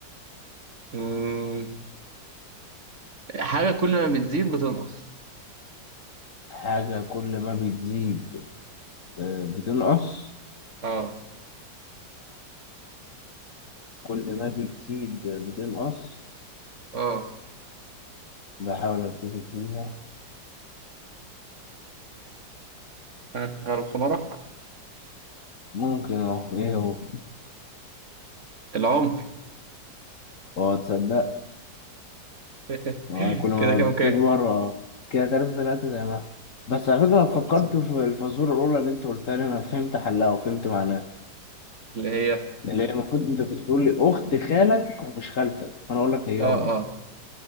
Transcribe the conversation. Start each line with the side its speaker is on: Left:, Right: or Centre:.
Right: مم. حاجة كل ما بتزيد بتنقص
Left: حاجة كل ما بتزيد اه، بتنقص
Right: اه
Left: كل ما بتزيد بتنقص
Right: اه
Left: بحاول أفتكر فيها
Right: ها، غلب حمارك
Left: ممكن أهو إيه هو
Right: العمر
Left: أه تصدق
Right: <laughs>
Left: أه كل ما
Right: كده كام
Left: بتكبر
Right: كام
Left: أه كده تلاتة تلاتة زي ما إحنا. بس على فكرة أنا فكرت
Right: طب طب.
Left: في الفازورة الأولى اللي أنت قلتها لي أنا فهمت حلها وفهمت معناها
Right: اللي هي اه
Left: اللي هي المفروض أنت كنت تقول لي أخت خالك ومش خالتك فأنا أقول لك هي
Right: اه
Left: أمي